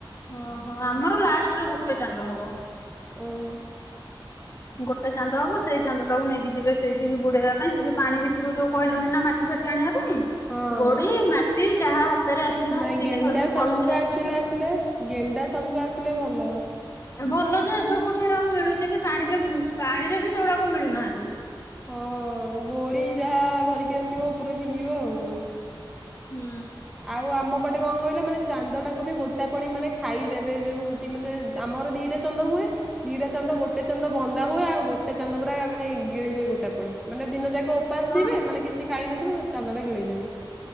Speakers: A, on the left; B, in the centre.
A: ଓହୋ ଆମର ଲାଷ୍ଟରେ ଗୋଟେ ଚାନ୍ଦ ହବ।
B: ଓହୋ।
A: ଗୋଟେ ଚାନ୍ଦ ହବ ସେଇ ଚାନ୍ଦଟାକୁ ନେଇକି ଯିବେ ସେଇଠିକି ବୁଡେଇବା ପାଇଁ ସେଇ ଯୋଉ ପାଣି ଭିତରୁ ଯୋଉ କହିଲନି ନା ମା ପାଟି ଫାଟି ଆଣିବା ପାଇଁ
B: ହଁ।
A: ଗୋଡି, ମାଟି, ଯାହା ହାତରେ ଆସିଲା
B: ନାଇଁ
A: ସେତିକି
B: ଗେଣ୍ଡା,
A: ଧରିକି
B: ଶାମୁକା
A: କଳସୀରେ ଆସିବେ।
B: ଆକଚୋଲି ଆସିଲେ ଗେଣ୍ଡା, ଶାମୁକା ଆସିଲେ ଭଲ।
A: ଏ ଭଲ ଯେ ଏବେ କୋଉଠି ହେରା ଆଉ ମିଳୁଚି କି ପାଣିରେ ପାଣିରେ ବି ସେଗୁଡାକ ମିଳୁନାହାନ୍ତି।
B: ହଁ ଗୋଡି ଯାହା ଧରିକି ଆସିବ ଓପରେ ଫିଙ୍ଗିବ ଆଉ।
A: ହୁଁ।
B: ଆଉ ଆମ ପଟେ କଣ କହିଲା ମାନେ ଚାନ୍ଦଟାକୁ ବି ଗୋଟା ପଣି ମାନେ ଖାଇଦେବେ ଯୋଉ ହୋଉଚି ମାନେ ଆମର ଦିଟା ଚା ଚାନ୍ଦ ହୁଏ ଦିଟା ଚାନ୍ଦ ଗୋଟେ ଚାନ୍ଦ ବନ୍ଦା ହୁଏ ଆଉ ଗୋଟେ ଚାନ୍ଦ ପୁରା ମାନେ ଗିଳିବେ ଗୋଟା ପଣି ମାନେ ଦିନ ଯାକ ଓପାସ
A: ହଁ
B: ଥିବେ ମାନେ କିଛି ଖାଇ ନଥିବେ ସେ ଚାନ୍ଦଟା ଗିଳିଦେବେ।